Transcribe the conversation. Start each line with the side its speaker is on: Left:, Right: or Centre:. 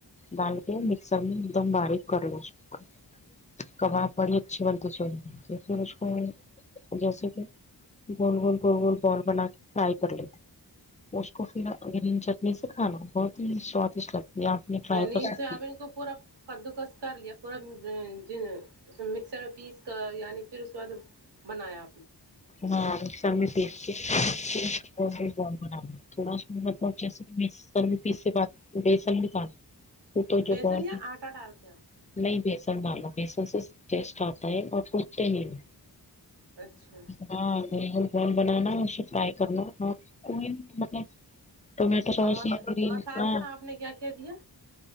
Left: ڈھال کے مکسر میں ایک دم باریک کر لو شک کباب پڑی اچھی بنتی سو پھر اس کو جیسے کہ گول گول گول گول بال بنا کے فرائی کر لیتے اس کو پھر گرین چٹنی سے کھانا بہت ہی سوادشٹ لگتی ہے آپ نے ٹرائی
Right: پہلے
Left: کر سکتی
Right: سویابین
Left: ہیں
Right: کو پورا کدو کس کر لیا پورا اوں جوں مکسر میں پیس کر یعنی پھر اس کے بعد بنایا
Left: ہاں مکسر میں پیس کی اچھے سے مکس کرے بعد بیسن ملا دو تو جو
Right: بیسن
Left: بات
Right: یا آٹا ڈالتے ہیں آپ
Left: نہیں بیسن ڈالا بیسن سے ٹیسٹ آتا ہے اور کودتے ہیں
Right: اچھا
Left: ہاں بالکل گول بنانا ہے اسے فرائی کرنا ہے ٹومیٹو سوس
Right: اور مس
Left: یا پودینا
Right: مسالے میں آپ نے کیا کیا دیا